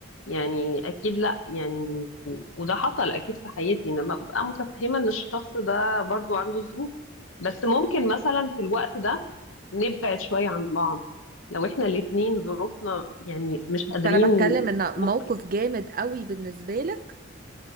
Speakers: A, on the left (about 80°); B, on the right (about 45°).
A: يعني اكيد لا يعني وده حصل اكيد في حياتي انما ابقى متفهمه ان الشخص ده برضو عنده ظروف بس ممكن مثلا في الوقت ده نبعد شويه عن بعض لو احنا الاتنين ظروفنا يعني مش قادرين
B: بس انا بتكلم ان
A: ممكن
B: موقف جامد قوي بالنسبه لك